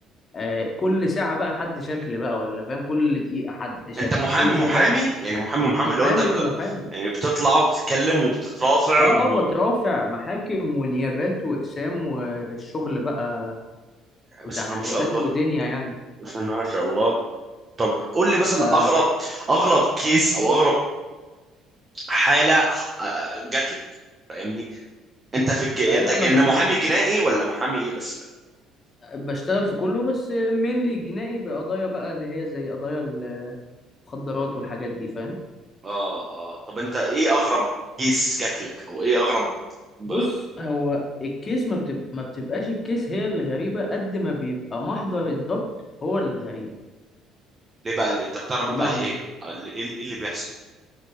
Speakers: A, on the left; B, on the right.
A: آه كل ساعة بقى حد شكل بقى ولا فاهم كل دقيقة حد شكل
B: انت محامي
A: كل
B: محامي
A: شوية بقى ايه
B: يعني محامي محامي
A: محامي
B: اللي هو انت بت...
A: محامي
B: يعني بتطلع وبتتكلم وبتترافع
A: اه
B: و...
A: اه بترافع محاكم ونيابات واقسام والشغل بقى وتحقيقات
B: بسم الله ما شاء الله
A: ودنيا يعني
B: بسم الله ما شاء الله طب قول لي مثلا
A: آه
B: اغرب اغرب كيس او اغرب حالة آه، جات لك فاهمني انت في الج... انت
A: آه لا
B: ج...
A: بش
B: انت
A: بش
B: محامي جنائي ولا محامي ايه بس لا
A: بشتغل في كله بس مينلي جنائي بقضايا بقى اللي هي زي قضايا المخدرات والحاجات دي فاهم
B: اه اه طب انت ايه اغرب كيس جات لك او ايه اغرب ب-
A: بص هو الكيس ما, بتب... ما بتبقاش الكيس هي اللي غريبة قد ما بيبقى محضر الضبط هو اللي غريب
B: ليه بقى اللي انت بتعرف
A: بمعنى
B: بقى ايه ايه اللي إيه اللي بيحصل